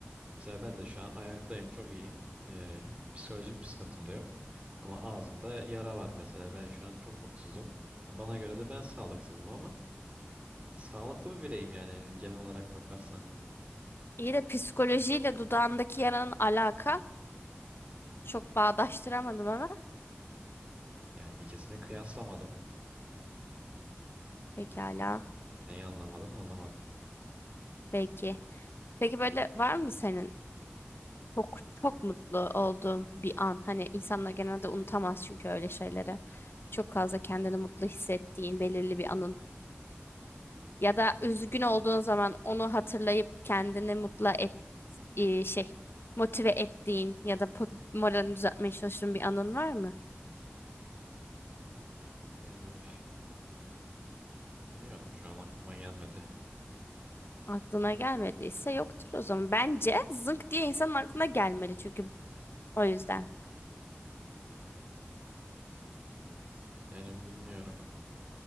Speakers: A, on the right; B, on the left.
A: Mesela ben de şu an ayaktayım, çok iyiyim. E, psikolojik bir sıkıntım da yok. Ama ağzımda yara var mesela. Ben şu an çok mutsuzum. Bana göre de ben sağlıksızım ama e, sağlıklı bir bireyim yani genel olarak bakarsan.
B: İyi de psikolojiyle dudağındaki yaranın alaka çok bağdaştıramadım ama
A: Yani ikisini kıyaslamadım.
B: pekala.
A: Neyi anlamadın anlamadım.
B: peki Peki böyle var mı senin Çok çok mutlu olduğum bir an. Hani insanlar genelde unutamaz çünkü öyle şeyleri. Çok fazla kendini mutlu hissettiğin belirli bir anın. Ya da üzgün olduğun zaman onu hatırlayıp kendini mutlu et, e, şey motive ettiğin ya da po- moralini düzeltmeye çalıştığın bir anın var mı?
A: E, Bilmiyorum şu an aklıma gelmedi.
B: Aklına gelmediyse yoktur o zaman. Bence zınk diye insanın aklına gelmeli çünkü o yüzden.
A: Yani bilmiyorum.